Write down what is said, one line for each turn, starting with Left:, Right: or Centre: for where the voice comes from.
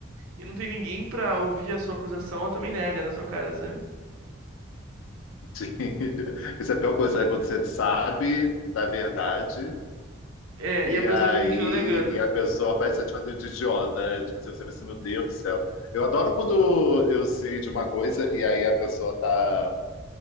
Right: E não tem ninguém pra ouvir a sua acusação, ela também nega na sua cara, sabe?
Left: <laughs> sim. Isso é a pior coisa, né? Quando você sabe da verdade
Right: É,
Left: e
Right: e a pessoa
Left: aí
Right: ainda continua negando.
Left: e a pessoa parece te fazer de idiota. É, tipo, você vai assim, meu Deus do céu. Eu adoro quando eu sei de uma coisa e aí a pessoa tá